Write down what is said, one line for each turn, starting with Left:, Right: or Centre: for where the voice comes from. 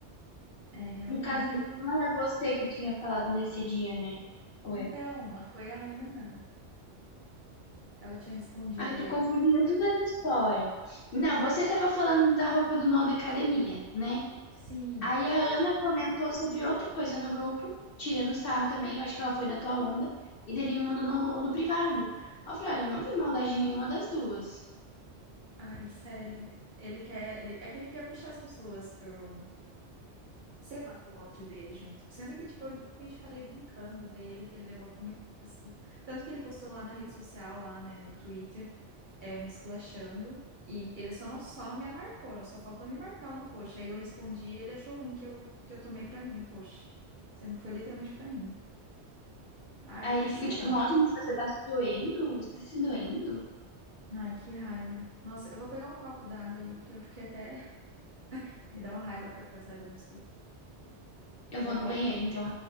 Right: É, realmente.
Left: No caso, não era você que tinha falado nesse dia, né? Ou
Right: Então,
Left: é?
Right: a- foi a Ana. Ela tinha respondido
Left: Ai, tô
Right: ele.
Left: confundindo toda essa história. Não, você tava falando da roupa do nó da academia, né?
Right: Sim,
Left: Aí
Right: a-
Left: a Ana comentou sobre outra coisa no grupo, tirando sarro também, eu acho que ela foi na tua onda, e dele me mandou no, no privado. Aí Eu falei, olha, eu não vi maldade nenhuma das duas.
Right: ai, sério. Ele quer, ele, é que ele quer puxar as pessoas pro sei lá, o ódio dele junto. Sendo que, tipo, eu literalmente falei brincando, daí ele, ele levou muito assim. Tanto que ele postou lá na rede social, lá, né, no Twitter, é, me esculachando. E ele só não, só não me marcou, né? só faltou me marcar lá no post. Aí eu respondi e ele achou ruim que eu, que eu tomei pra mim o post. Sendo que foi literalmente pra mim. Aí,
Left: Aí ele
Right: sei
Left: fica tipo,
Right: lá.
Left: nossa, mas você tá se doendo? Você tá se doendo?
Right: Ai, que raiva. Nossa, eu vou pegar um copo d'água ali, porque eu fiquei até. <laughs> Me dá uma raiva pra pensar de algumas coisas.
Left: Eu
Right: Já
Left: vou
Right: volto.
Left: no banheiro, então,